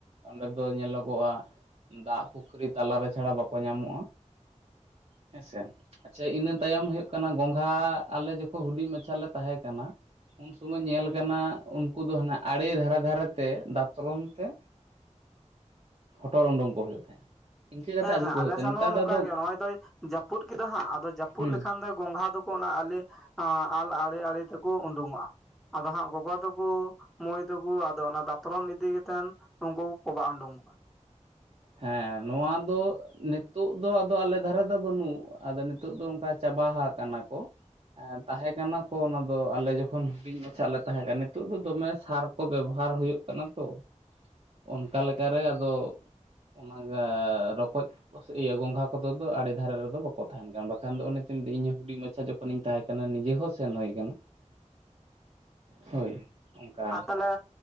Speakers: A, on the right; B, in the centre.
A: ᱚᱸᱰᱮ ᱫᱚ ᱧᱮᱞᱚᱜᱚᱜᱼᱟ ᱫᱟᱜ ᱯᱩᱠᱷᱨᱤ ᱛᱟᱞᱟᱨᱮ ᱪᱷᱟᱲᱟ ᱵᱟᱠᱚ ᱧᱟᱢᱼᱼ ᱧᱟᱢᱚᱜᱼᱟ ᱦᱮᱸᱥᱮ ᱟᱪᱪᱷᱟ ᱤᱱᱟᱹ ᱛᱟᱭᱚᱢ ᱦᱩᱭᱩᱜ ᱠᱟᱱᱟ ᱜᱚᱝᱜᱷᱟᱻ ᱟᱞᱮ ᱡᱚᱠᱷᱚ ᱦᱩᱰᱤᱜ ᱢᱟᱪᱷᱟ ᱞᱮ ᱛᱟᱦᱮᱸ ᱠᱟᱱᱟ ᱩᱱ ᱥᱚᱢᱚᱭ ᱧᱮᱞ ᱠᱟᱱᱟ ᱩᱱᱠᱩ ᱫᱚ ᱦᱟᱱᱟ ᱟᱲᱮ ᱫᱷᱟᱨᱮ ᱫᱷᱟᱨᱮ ᱛᱮ ᱫᱟᱛᱨᱚᱢ ᱛᱮ ᱦᱚᱴᱚᱨ ᱩᱰᱳᱝ ᱠᱚ ᱦᱩᱭᱩᱜ ᱛᱟᱦᱮᱸᱜᱼᱟ ᱤᱱᱠᱟᱹ ᱠᱟᱛᱮᱜ
B: ᱦᱮᱸ
A: ᱟᱹᱜᱩ
B: ᱦᱮᱸ
A: ᱠᱚ
B: ᱟᱞᱮ
A: ᱦᱩᱭᱩᱜ ᱛᱟᱦᱮᱸ
B: ᱥᱮᱱ
A: ᱱᱮᱛᱟᱨ
B: ᱦᱚᱸ ᱱᱚᱝᱠᱟ
A: ᱫᱚ ᱟᱫᱚ
B: ᱜᱮ ᱱᱚᱜᱼᱚᱭ ᱡᱟᱹᱯᱩᱫ ᱠᱮᱫᱟ ᱦᱟᱸᱜ ᱟᱫᱚ ᱡᱟᱹᱯᱩᱫ
A: ᱦᱮᱸ
B: ᱞᱮᱠᱷᱟᱱ ᱫᱚ ᱜᱚᱸᱝᱜᱷᱟ ᱫᱚᱠᱚ ᱚᱱᱟ ᱟᱞᱮ ᱟᱞ ᱟᱲᱮ ᱟᱲᱮ ᱛᱮᱠᱚ ᱩᱰᱳᱝᱚᱜᱼᱟ ᱟᱫᱚ ᱦᱟᱸᱜ ᱜᱚᱜᱚ ᱛᱟᱠᱚ ᱢᱟᱹᱭ ᱛᱟᱠᱚ ᱟᱫᱚ ᱚᱱᱟ ᱫᱟᱛᱨᱚᱢ ᱤᱫᱤ ᱠᱟᱛᱮᱱ ᱩᱱᱠᱩ ᱠᱚ ᱠᱚᱵᱟᱜ ᱩᱰᱩᱝ ᱠᱚᱣᱟ
A: ᱦᱮᱸ ᱱᱚᱣᱟ ᱫᱚ ᱱᱤᱛᱼᱼ ᱱᱤᱛᱚᱜ ᱫᱚ ᱟᱫᱚ ᱟᱞᱮ ᱫᱷᱟᱨᱮ ᱫᱚ ᱵᱟᱹᱱᱩᱜ ᱟᱫᱚ ᱱᱤᱛᱚᱜ ᱫᱚ ᱚᱱᱠᱟ ᱪᱟᱵᱟ ᱦᱟ ᱟᱠᱟᱱᱟ ᱠᱚ ᱛᱟᱦᱮᱸ ᱠᱟᱱᱟ ᱠᱚ ᱚᱱᱟ ᱫᱚ ᱟᱞᱮ ᱡᱚᱠᱷᱚᱱ ᱦᱩᱰᱤᱧ ᱢᱟᱪᱷᱟ ᱞᱮ ᱛᱟᱦᱮᱸ ᱠᱟᱱᱟ ᱱᱤᱛᱚᱜ ᱫᱚ ᱫᱚᱢᱮ ᱥᱟᱨ ᱠᱚ ᱵᱮᱵᱚᱦᱟᱨ ᱦᱩᱭᱩᱜ ᱠᱟᱱᱟ ᱛᱚ ᱚᱱᱠᱟ ᱞᱮᱠᱟᱨᱮ ᱟᱫᱚ ᱚᱱᱟ ᱨᱚᱠᱚᱡ ᱤᱭᱟᱹ ᱜᱚᱝᱜᱷᱟ ᱠᱚᱫᱚ ᱟᱹᱰᱤ ᱫᱷᱟᱨᱮ ᱨᱮ ᱫᱚ ᱵᱟᱠᱚ ᱛᱟᱦᱮᱱ ᱠᱟᱱ ᱵᱟᱠᱷᱟᱱ ᱫᱚ ᱚᱱᱮ ᱛ ᱤᱧ ᱦᱩᱰᱤᱧ ᱢᱟᱪᱷᱟ ᱡᱚᱠᱷᱚᱱᱤᱧ ᱛᱟᱦᱮᱸ ᱠᱟᱱᱟ ᱱᱤᱡᱮ ᱦᱚᱸ ᱥᱮᱱ ᱦᱩᱭ ᱠᱟᱱᱟ <unintelligible> ᱦᱳᱭ ᱚᱱᱠᱟ
B: ᱦ ᱟᱨ ᱛᱟᱦᱚᱞᱮ